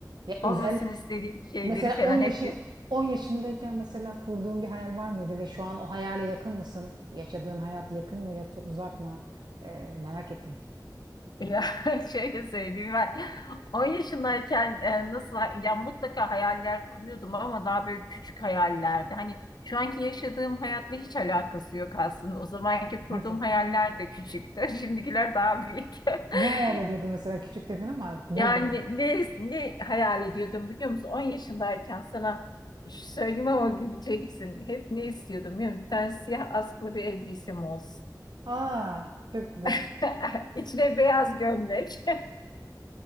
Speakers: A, on the right (about 80°); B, on the left (about 70°).
A: Ya özel
B: Olmasını istediğim şeyleri
A: mesela
B: falan
A: 10 yaşı
B: hep
A: 10 yaşındayken mesela kurduğun bir hayal var mıydı ve şu an o hayale yakın mısın? Yaşadığın hayat yakın mı yoksa uzak mı? E, merak ettim.
B: Ya <laughs> şöyle söyleyeyim ben 10 yaşındayken e, nasıl ya mutlaka hayaller kuruyordum ama daha böyle küçük hayallerdi. Hani şu anki yaşadığım hayatla hiç alakası yok aslında. O zamanki kurduğum
A: Gerçekten.
B: hayaller de küçüktü. <laughs> Şimdikiler daha büyük.
A: Ne
B: <laughs>
A: hayal ediyordun mesela küçük dedin ama neydi?
B: Yani ne, ne hayal ediyordum biliyor musun? 10 yaşındayken sana şu söyleyeyim ama güleceksin. Hep ne istiyordum biliyor musun? Bir tane siyah askılı bir elbisem olsun.
A: Aa, çok güzel.
B: <laughs> İçine beyaz gömlek.